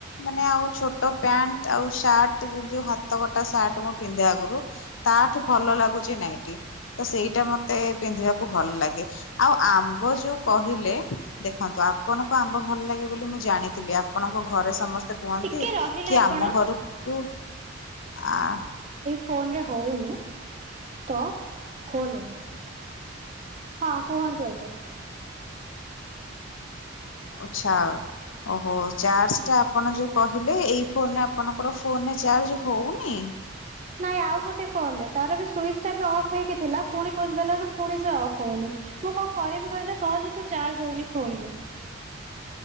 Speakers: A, on the left; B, on the right.
A: ମାନେ ଆଉ ଛୋଟ ପ୍ୟାଣ୍ଟ୍ ଆଉ ସାର୍ଟ୍ ଯୋଉ ହାତ ଗୋଟା ସାର୍ଟ ମୁଁ ପିନ୍ଧେ ଆଗରୁ ତାଠୁ ଭଲ ଲାଗୁଚି ନାଇଟି ତ ସେଇ ସେଟା ମତେ ପିନ୍ଧିବାକୁ ଭଲ ଲାଗେ ଆଉ ଆମ୍ବ ଯୋଉ କହିଲେ ଦେଖନ୍ତୁ ଆପଣଙ୍କୁ ଆମ୍ବ ଭଲ ଲାଗେ ବୋଲି ମୁଁ ଜାଣିଥିଲି ଆପଣଙ୍କ ଘରେ ସମସ୍ ସ୍ତେ କୁହନ୍ତି
B: ଟିକେ ରହିଲେ
A: କି
B: ଆପଣ।
A: ଆମ ଘରକୁ ଆ
B: ଫୋନରେ ହୋଉନି ତ ଖୋଲେନି ହଁ କୁହନ୍ତୁ ଏବେ।
A: ଆଛା ଓହୋ ଚାର୍ଜଟା ଆପଣ ଯୋଉ କହିଲେ ଏଇ ଫୋନରେ ଆପଣଙ୍କର ଫୋନରେ ଚାର୍ଜ ହୋଉନି?
B: ନାଇଁ ଆଉ ଗୋଟେ ଫୋନରେ ତାର ବି ସୁଇଚଟା ବି ଅଫ ହେଇକି ଥିଲା ଫୁଣି ଖୋଲି ଦେଲାରୁ ଫୁଣି ସେ ଅଫ ହୋଉନି ମୁଁ କଣ କରିବି କହିଲେ ସହଜେ ତ ଚାର୍ଜ ହୋଉନି ଫୋନରେ।